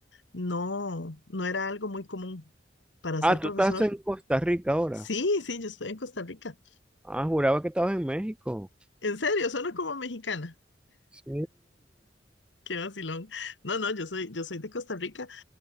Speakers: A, on the left; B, in the centre.
A: No, no era algo muy común para
B: Ah,
A: ser
B: tú
A: profesor.
B: estás en Costa Rica ahora.
A: Sí, sí, yo estoy en Costa Rica.
B: Ah, juraba que estabas en México.
A: En serio, suena como mexicana.
B: Sí.
A: Qué vacilón. No, no, yo soy, yo soy de Costa Rica.